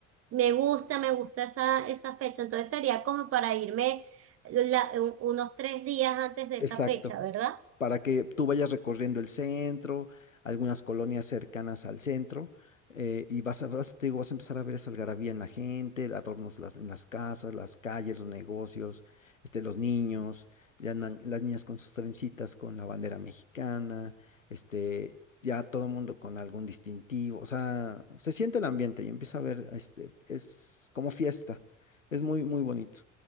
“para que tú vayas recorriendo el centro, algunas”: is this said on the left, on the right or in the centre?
Left